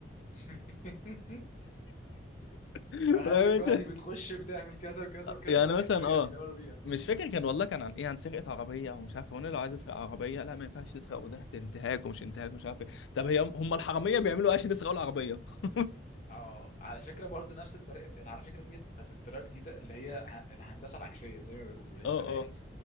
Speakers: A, on the left (about 40°); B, on the left (about 80°).
A: <laughs>
B: <laughs>
A: فقال
B: فاهم
A: لك بقى
B: انت؟
A: دي بتخش بتعمل كذا وكذا وكذا
B: يعني
A: ودي
B: مثلا
A: الطريقه
B: اه
A: اللي بيعملوا بيها
B: مش فاكر كان والله كان عن ايه عن سرقه عربيه او مش عارف هو أنا لو عايز اسرق عربيه لا ما ينفعش تسرق وده انتهاك ومش انتهاك مش عارف ايه طب هي هم الحراميه بيعملوا ايه عشان يسرقوا العربيه؟ <laughs>
A: اه على فكره برضو نفس الطريقه دي على فكره دي بتاعت الطريقه الجديده اللي هي ه- الهندسه العكسيه زي ما بيقولوا اللي انت
B: اه
A: فاهم
B: اه